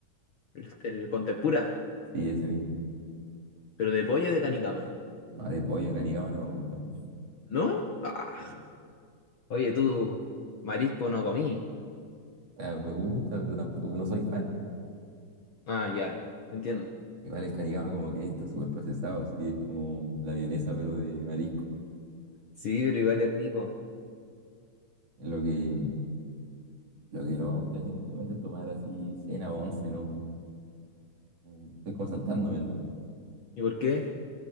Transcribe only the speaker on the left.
El, el con tempura,
pero de pollo de canicama.
¿No? Ah,
oye, tú, marisco no comí.
Ah, ya, entiendo.
Sí, pero igual es rico.
¿Y por qué?